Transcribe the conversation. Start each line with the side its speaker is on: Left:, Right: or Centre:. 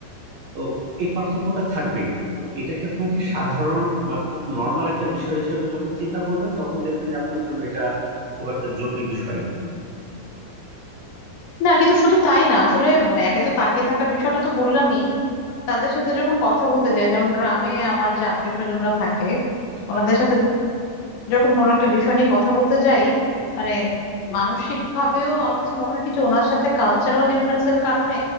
Right: তো এই পার্থক্যটা থাকবেই তো এটাকে আপনাকে সাধারণ বা খুব নর্মাল একটা বিষয় হিসেবে যখন চিন্তা করবেন তখন দেখবেন যে আপনার জন্য এটা খুব একটা জটিল বিষয় না
Left: না কিন্তু শুধু তাই না আসলে মানে একে তো তাকিয়ে থাকার বিষয়টা তো বললামই তাদের সাথে যখন কথা বলতে যাই যেমন গ্রামে আমার যে আত্মীয় স্বজনরা থাকে ওনাদের
Right: আচ্ছা
Left: সাথে যখন কোনো একটা বিষয় নিয়ে কথা বলতে যাই মানে মানসিক ভাবেও আমার কাছে মনে হয় কিছু ওনার সাথে কালচারাল ডিফারেন্সের কারণে